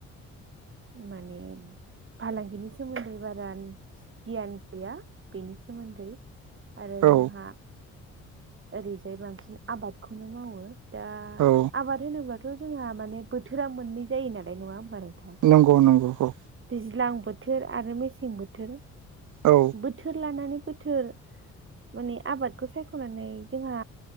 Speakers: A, on the right (about 40°); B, on the right (about 75°).
A: माने फालांगिनि सोमोन्दै बारा गियान गैया बेनि सोमोन्दै आरो
B: औ
A: जोंहा ओरैजाय बांसिन आबादखौनो मावो दा
B: औ
A: आबाद होनोब्लााथ' जोंहा माने बोथोरा मोननै जायो नालाय नङा होम्बा नोंथां
B: नंगौ नंगौखौ
A: दैज्लां बोथोर आरो मेसें बोथोर
B: औ
A: बोथोर लानानै बोथोर माने आबादखौ सायख'नानै जोंहा